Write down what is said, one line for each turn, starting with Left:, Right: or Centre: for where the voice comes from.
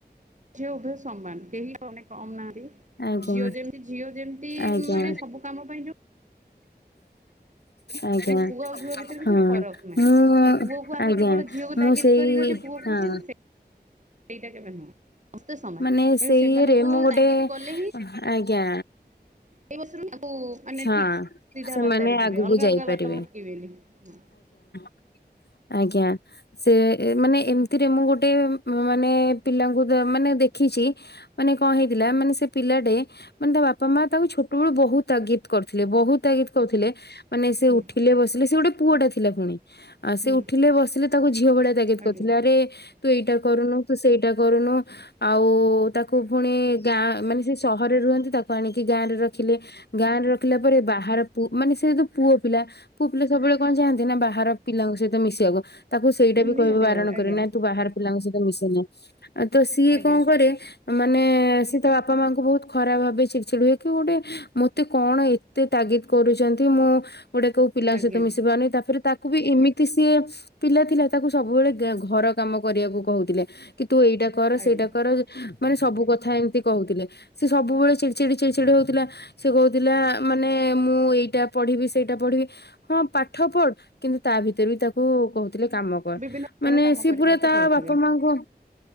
Right: ଝିଅ ଉଭୟ ସମାନ କେହି ମାନେ କମ ନାହାନ୍ତିି
Left: ଆଜ୍ଞା
Right: ଝିଅ ଯେମତି ଝିଅ ଯେମତି
Left: ଆଜ୍ଞା
Right: ମାନେ ସବୁ କାମ ପାଇଁ ଯୋ
Left: ଆଜ୍ଞା
Right: ତେଣୁ ପୁଅ ଆଉ ଝିଅ ଭିତରେ
Left: ହଁ
Right: କିଛି ଫରକ ନାହିଁ।
Left: ମୁଁ
Right: ତ ପୁଅକୁ ଆମେ
Left: ଆଜ୍ଞା
Right: କେବଳ
Left: ମୁ
Right: ଝିଅକୁ ତାଗିଦ
Left: ମୁଁ ସେଇ
Right: କରିବା ଯେ ପୁଅ ପୁଅ
Left: ହଁ
Right: ବୋଲି ସେଇଟା କେବେ ନୁହଁ। ସମସ୍ତେ ସମାନ
Left: ମାନେ
Right: ତେଣୁ
Left: ସେଇ
Right: ସେମାନଙ୍କୁ
Left: ଇଏରେ ମୁଁ ଗୋଟେ
Right: ତାଗିଦ କଲେ
Left: ଆଜ୍ଞା
Right: <unintelligible> କୁ ମାନେ
Left: ହଁ
Right: ଠିକ ସିଧା
Left: ସେମାନେ
Right: ବାଟରେ ଯିବେ
Left: ଆଗକୁ
Right: ଅଲଗା
Left: ଯାଇପାରିବେ
Right: ଅଲଗା ବାଟ ଭଟକିବେନି ହଁ।
Left: <inaudible> ଆଜ୍ଞା ସେ ଏ ମାନେ ଏମିତିରେ ମୁଁ ଗୋଟେ ମାନେ ପିଲାଙ୍କୁ ଦ ମାନେ ଦେଖ ଦେଖିଚି ମାନେ କଣ ହେଇଥିଲା ମାନେ ସେ ପିଲାଟେ ମାନେ ତା ବାପା ମା ତାକୁ ଛୋଟବେଳୁ ବହୁତ ତାଗିଦ କରୁଥିଲେ ବହୁତ ତାଗିଦ କରୁଥିଲେ ମାନେ ସେ
Right: ହୁଁ
Left: ଉଠିଲେ ବସିଲେ ସେ ଗୋଟେ ପୁଅଟେ ଥିଲା ଫୁଣି ଆଉ
Right: ହୁଁ
Left: ସେ ଉଠିଲେ ବସିଲେ ତାକୁ ଝିଅ ଭଳିଆ ତାଗିଦ
Right: ଆଜ୍ଞା
Left: କରିଥିଲେ ଆରେ ତୁ ଏଇଟା କରୁନୁ ତୁ ସେଇଟା କରୁନୁ ଆଉ ତାକୁ ଫୁଣି ଗାଁ ମାନେ ସେ ସହରରେ ରୁହନ୍ତି ତାକୁ ଆଣିକି ଗାଁ ରେ ରଖିଲେ ଗାଁ ରେ ରଖିଲା ପରେ ବାହାର ପୁ ମାନେ ସେ ଯୋଉ ପୁଅ ପିଲା ପୁଅ ପିଲା ସବୁବେଳେ କଣ ଯାଆନ୍ତି ନା ବାହାର ପିଲାଙ୍କ ସହିତ ମିଶିବାକୁ ତାକୁ ସେଇଟା ବି
Right: ନିହାତି
Left: କହିବା ବାରଣ
Right: ଭାବରେ
Left: କରେ
Right: ଆଜ୍ଞା।
Left: ନାଇଁ ତୁ ବାହାର ପିଲାଙ୍କ ସହିତ ମିଶେନା ଆଉ ତ ସିଏ
Right: ଆଜ୍ଞା
Left: କଣ କରେ ମାନେ ସେ ତା ବାପା ମାଙ୍କୁ ବହୁତ ଖରାପ ଭାବେ ଚିଡ ଚିଡ୍ ହୁଏ କି ଗୋଟେ ମତେ କଣ ଏତେ ତାଗିଦ କରୁଛନ୍ତି ମୁଁ ଗୋଟେ କୋଉ ପିଲାଙ୍କ
Right: ଆଜ୍ଞା
Left: ସହିତ ମିଶିପାରୁ ନାହିଁ ତାପରେ ତାକୁ ବି ଇମି କିନ୍ତୁ ସିଏ ପିଲା ଥିଲା ତାକୁ ସବୁବେଳେ ଗେ ଘର କାମ କରିବାକୁ କହୁଥିଲେ କି ତୁ ଏଇଟା କର
Right: ଆଜ୍ଞା
Left: ସେଇଟା କର ମାନେ ସବୁ କ କଥା ଏମିତି କହୁଥିଲେ ସେ ସବୁବେଳେ ଚିଡଚିଡ ଚିଡଚିଡ ହଉଥିଲା ସେ କହୁଥିଲା ମାନେ ମୁଁ ଏଇଟା ପଢିବି ସେଇଟା ପଢିବି ହଁ ପାଠ ପଢ କିନ୍ତୁ ତା ତା ଭିତରେ ବି ତାକୁ କହୁଥିଲେ କାମ କର
Right: ବିଭିନ୍ନ ପ୍ରକାର
Left: ମାନେ
Right: କାମ
Left: ସିଏ
Right: କରିବାକୁ
Left: ପୁରା ତା
Right: କହୁଥିବେ।
Left: ବାପା ମାଙ୍କୁ